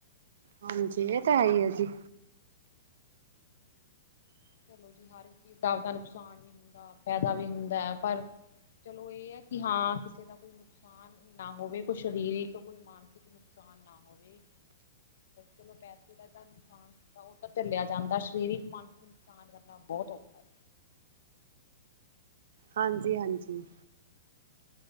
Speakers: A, on the right (about 60°); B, on the left (about 60°).
A: ਹਾਂਜੀ ਇਹ ਤਾਂ ਹੈ ਹੀ ਹੈ ਜੀ,
B: <unintelligible> ਫਾਇਦਾ ਵੀ ਹੁੰਦਾ ਹੈ, ਪਰ ਚਲੋ ਇਹ ਹੈ, ਕਿ ਹਾਂ ਕਿਸੇ ਦਾ ਕੋਈ ਨੁ ਨੁਕਸਾਨ ਨਾ ਹੋਵੇ, ਕੋਈ ਸਰੀਰਕ ਕੋਈ ਮਾਨਸਿਕ ਨੁਕਸਾਨ ਨਾ ਹੋਵੇ। ਚਲੋ, ਪੈਸੇ ਦਾ ਨੁਕਸਾਨ ਉਹ ਤਾਂ ਲਿਆ, ਜਾਂਦਾ ਸਰੀਰਕ ਮਸ ਕਰਨਾ ਬਹੁਤ ਔਖਾ,
A: ਹਾਂਜੀ-ਹਾਂਜੀ,